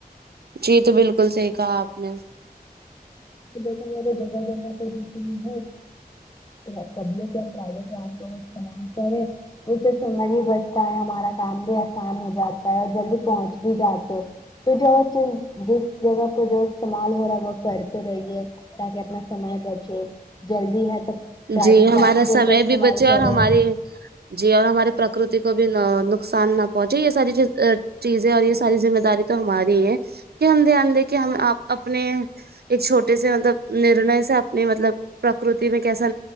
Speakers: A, on the right; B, on the left.
A: جی تو بالکل صحیح کہا آپ نے
B: دیکھا جائے تو جگہ جگہ تو ریچانگ ہے پبلک اور پرائیویٹ ٹرانسپورٹ استعمال کرے اس سے سمئے بھی بچتا ہے ہمارا کام بھی آسان ہو جاتا ہے اور جلدی پہنچ بھی جاتے تو جو چز جس جگہ کو جو استعمال ہو رہا ہے وہ کر رہیے تاکہ اپنا سمے بچے جلدی ہے تو پرائیویٹ
A: جی
B: ٹرانسپورٹ
A: ہمارا سمے
B: کا استعمال
A: بھی بچے
B: کریں
A: اور ہماری جی اور ہمارے پرکرتی کو بھی نقصان نہ پہنچے یہ ساری چیز چیزیں اور یہ ساری ذمہ داری تو ہماری ہے کہ ہم دھیان دے کے ہم آپ اپنے ایک چھوٹے سے مطلب نرنے سے اپنی مطلب پرکرتی میں کیسا